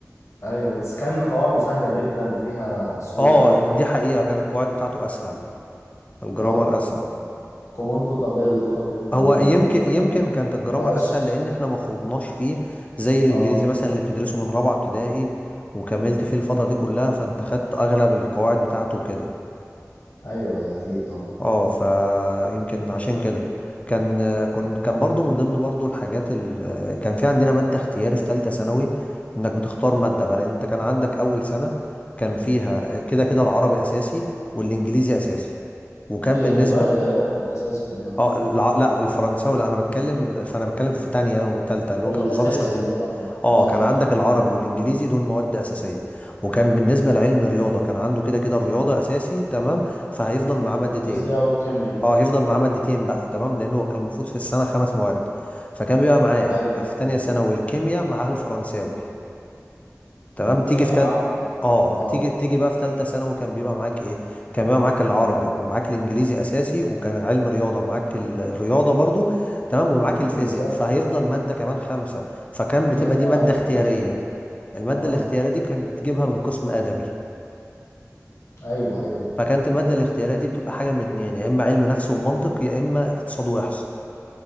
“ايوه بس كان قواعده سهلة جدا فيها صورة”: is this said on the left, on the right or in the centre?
Left